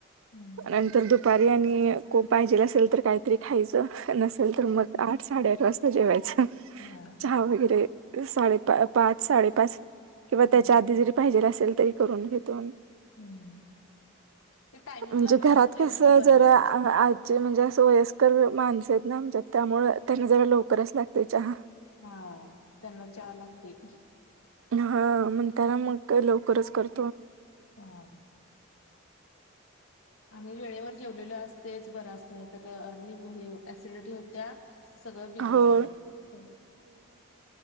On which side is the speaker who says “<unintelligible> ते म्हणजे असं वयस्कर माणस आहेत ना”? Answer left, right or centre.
Right